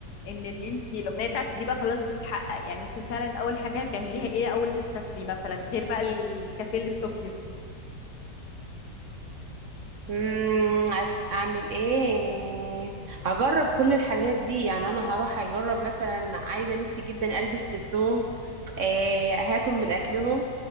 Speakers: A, on the left; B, on the right.
A: ان اللي انت الامنيه بتاعتك دي بقى خلاص بتتحقق يعني انت فعلا اول حاجه هتعمليها ايه اول ما تسافري مثلا غير بقى الكافيه اللي في طوكيو
B: مم، هت- اعمل ايه هجرب كل الحاجات دي يعني انا هروح اجرب مثلا عايزه نفسي جدا البس لبسهم آه هاكل من اكلهم